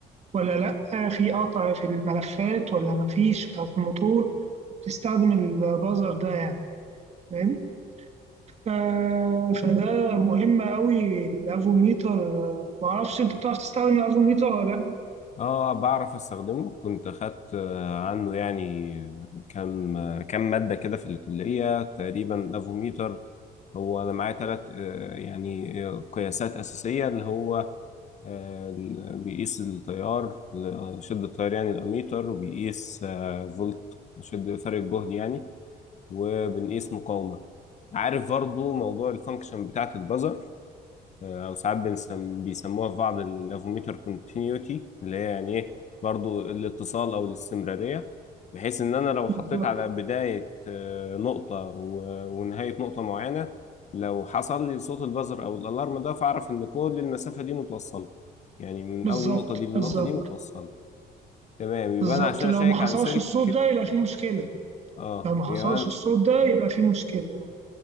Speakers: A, on the right (about 40°); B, on the left (about 45°).
A: ولا لأ في قطع في الملفات ولا مفيش بتاعة الموتور بتستخدم البازر ده يعني فاهم ف- فده مهم أوي الأفوميتر معرفش أنت بتعرف تستخدم الأفوميتر ولا لأ
B: اه بعرف استخدمه كنت اخدت آه، عنه يعني كم آه، كم مادة كده في الكلية تقريبا افوميتر هو انا معايا ثلاث يعني آه، قياسات اساسية اللي هو آه، ال- بيقيس التيار ل- شدة التيار يعني الاميتر وبيقيس آه، فولت شد فرق الجهد يعني وبنقيس مقاومة عارف برضو موضوع الفانكشن بتاعة البزر او ساعات بنسم بيسموها في بعض الافوميتر كونتينيوتي اللي هي يعني ايه برضو الاتصال او الاستمراريه بحيث ان انا لو حطيت
A: بالظبط
B: على بدايه آه، نقطه و- ونهايه نقطه معينه لو حصل لي صوت البزر او الالارم ده فاعرف ان كل المسافه دي متوصله يعني من
A: بالظبط
B: اول النقطه دي للنقطه
A: بالظبط
B: دي متوصله تمام يبقى
A: بالظبط
B: انا عشان
A: لو
B: اشيك
A: ما حصلش
B: على سلك
A: الصوت ده يبقى في مشكلة
B: اه
A: لو ما حصلش
B: يبقى أنا...
A: الصوت ده يبقى في مشكلة